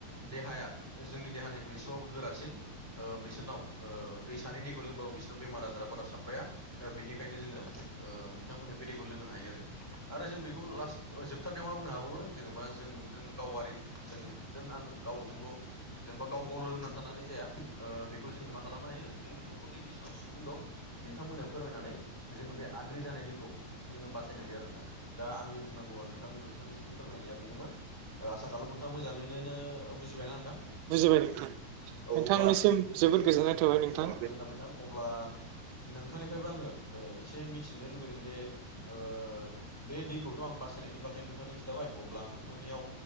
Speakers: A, in the centre; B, on the right.
A: देहाया जोंनि देहानिखोय एसेबाबो गोरासिन ओ बिसोरनाव ओ दैसानि दैखौ लोंबाबो बिसोरनाव बेमार आजारा बारा साफाया ओ बेनिखायनो जोङो ओ बिथांमोननो बे दैखौ लोंहोनो हायो आरो आरो जों बेखौ लास्ट जोबथारनायाव मा बुंनो हाबावो जेनेबा जों नों गावारि जों नों आं गावजोंल' जेनेबा गाव गावल' रोंनानै थानानै जाया ओ बेखौ जोङो मा खालामनो हायो जोंनि न'खरनि बेसेबां सुबुं दं बिथांमोननो फोरमायनानै जोङो बे आद्रि जानाय दैखौ जोङो बासायनो हायो आरो नोंथां दा आंनि बुंनांगौआ नोंथां नोंथांनिसिम फोरमायनाया बेनोमोन। आसा खालाम नोंथांङा मोजाङैनोनो बुजिबायना नोंथां
B: बुजिबाय नोंथां
A: औ
B: नोंथांनिसिम
A: अब्ला
B: जोबोद गोजोननाय थाबाय नोंथां
A: औ गोजोनथाब नोंथां अब्ला नोंथांनिफ्रायबो आङो एसे मिथिनो लुबैदों जे ओ बे दैखौथ' आं बासायनायनि बागै नोंथांनो खिन्थाबाय अब्ला आं नोंथांनियाव